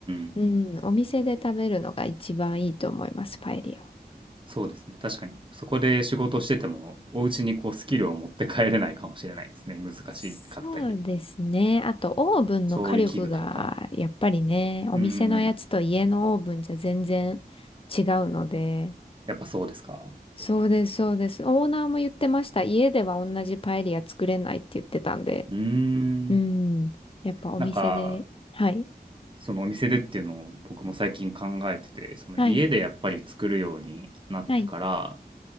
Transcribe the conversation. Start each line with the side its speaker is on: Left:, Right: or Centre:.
Right: ん。
Left: うん、お店で食べるのが一番いいと思います、パエリアは。
Right: そうですね。確かに。そこで仕事してても、お家にこうスキルを持って帰れないかもしれないですね。難しかったり。
Left: そうですね。あとオーブンの火力がやっぱりね、
Right: 調理器具とか。
Left: お店のやつと家のオーブンじゃ全然違うので、
Right: うんうんうん。やっぱそうですか。
Left: そうです、そうです。オーナーも言ってました。家では同じパエリア作れないって言ってたんで。
Right: うーん。
Left: うん。やっぱお店で、
Right: なんか、
Left: はい。
Right: そのお店でっていうのを僕も最近考えてて、その家でやっぱり作るようになってから、
Left: はい。はい。